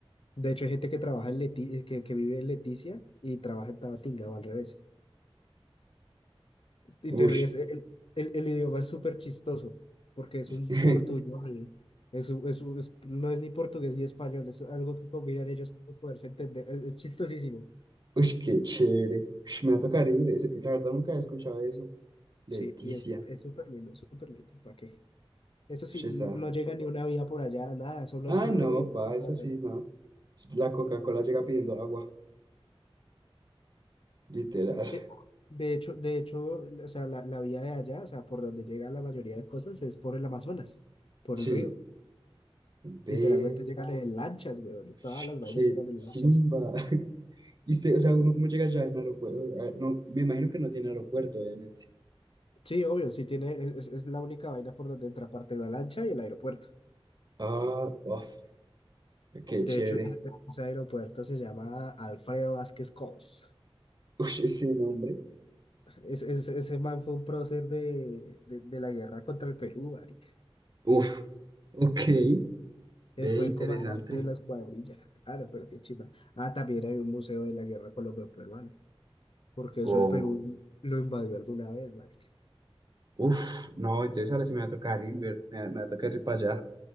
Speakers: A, on the left (about 65°); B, on the right (about 45°).
A: De hecho, hay gente que trabaja en Leti- eh, que, que vive en Leticia y trabaja en Tabatinga o al revés. Y
B: Ush.
A: te ríes, el, el- el idioma es súper chistoso porque es
B: <laughs>
A: un portuñol, es, un- es, un- es- no es ni portugués ni español, es algo que combinan ellos para poderse entender. Es, es chistosísimo.
B: Ush, qué chévere. Ush, me va a tocar ir. es- la verdad nunca he escuchado eso. Leticia.
A: Sí, y es, es súper lindo, súper lindo. ¿Para qué? Eso sí,
B: Ush,
A: n-
B: esa.
A: no llega ni una vía por allá, nada, solo,
B: Ah,
A: solo
B: no,
A: el avión,
B: pa,
A: solo
B: eso
A: el avión.
B: sí, no. La Coca-Cola llega pidiendo agua. Literal.
A: De, de hecho, de hecho, o sea, la, la vía de allá, o sea, por donde llega la mayoría de cosas es por el Amazonas, por
B: Sí.
A: el río.
B: Ve.
A: Literalmente llegan en lanchas, güey. De Todas
B: Ush,
A: las vainas
B: qué
A: llegan en
B: chimba.
A: lanchas.
B: <laughs> Y usted, o sea, uno cómo llega allá en aeropuerto. No, me imagino que no tiene aeropuerto, obviamente.
A: Sí, obvio, sí tiene, es, es la única vaina por donde entra aparte la lancha y el aeropuerto.
B: Ah, uf, qué
A: De
B: chévere.
A: hecho, ese ese aeropuerto se llama Alfredo Vázquez Cos.
B: Uf, ese nombre.
A: Es, es- ese man fue un prócer de, de, de la guerra contra el Perú, marica.
B: Uf, ok. Ve,
A: Eh, Fue
B: interesante.
A: el comandante de la escuadrilla. Ah, no, pero qué chimba. Ah, también hay un museo de la guerra colombo-peruana, porque eso
B: Oh,
A: el Perú lo invadió alguna vez, marica.
B: uf, no, entonces ahora sí me va a tocar ir, me, me va me va a tocar ir para allá.